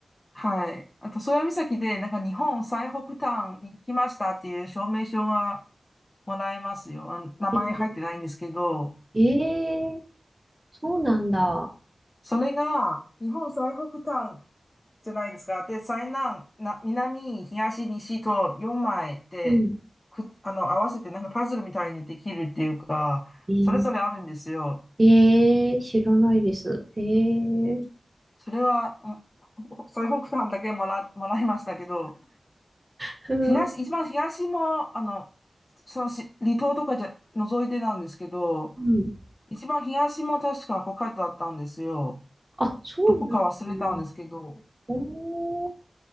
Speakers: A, on the left (about 30°); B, on the right (about 25°).
A: はい。あと、宗谷岬で、なんか日本最北端に来ましたっていう証明書がもらえますよ。あの名前入ってないんですけど、
B: えーえー、そうなんだ。
A: それが日本最北端じゃないですか。で、最南、な、南、東、西と4枚で、
B: うん。
A: く、あの、合わせてなんかパズルみたいにできるっていうか、
B: えー、
A: それぞれあるんですよ。
B: えー知らないです。えー、
A: それは、うん最北端だけもら、もらいましたけど、
B: ふー
A: 東、一番東も、あの、そのし離島とかじゃ、覗いてなんですけど、
B: うん。
A: 一番東も確か北海道だったんですよ。
B: あ、そうなんだな。
A: どこか忘れたんですけど、
B: おー、